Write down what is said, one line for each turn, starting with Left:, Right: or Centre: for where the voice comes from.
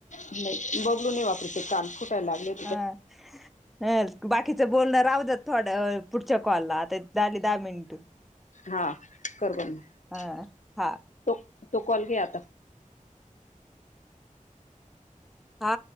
Left: नाही बबलू नाही वापरत ते कान फुटायला लागलेत.
Centre: हां. ह बाकीचं बोलणं राहुदेत थोडं पुढच्या कॉलला आता झाली दहा मिनिट.
Left: हां कर बरं मग
Centre: ह हा
Left: तो तो कॉल घे आता.
Centre: आ